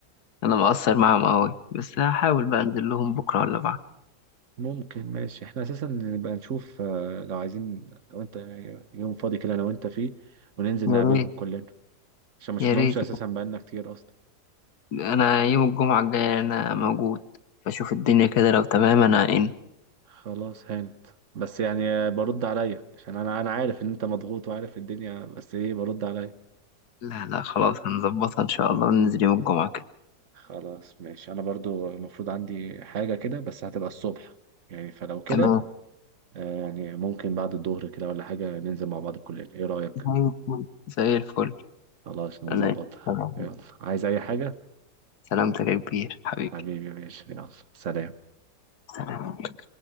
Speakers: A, on the left; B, on the right.
A: أنا مقصر معاهم أوي بس هحاول بقى أنزل لهم بكرة ولا بعد
B: ممكن ماشي احنا اساسا نبقى نشوف آه، لو عايزين لو انت يوم فاضي كده انا وانت فيه وننزل
A: يا
B: نقابلهم
A: ريت
B: كلنا عشان ما شفناهمش
A: يا ريت
B: اساسا بقالنا كتير اصلا
A: أنا يوم الجمعة الجاية أنا موجود بشوف الدنيا كده لو تمام أنا إن
B: خلاص هانت بس يعني برد عليا عشان انا انا عارف ان انت مضغوط وعارف الدنيا بس ايه برد عليا
A: لا لا خلاص هنظبطها إن شاء الله وننزل يوم الجمعة كده
B: خلاص ماشي انا برضو المفروض عندي حاجة كده بس هتبقى الصبح يعني فلو كده
A: تمام
B: آه، يعني ممكن بعد الظهر كده ولا حاجة ننزل مع بعض الكلية ايه رأيك
A: تمام زي الفل زي الفل
B: خلاص نظبطها
A: أنا تمام
B: يلا عايز اي حاجة
A: سلامتك يا كبير حبيبي
B: حبيبي يا باشا يلا سلام
A: سلام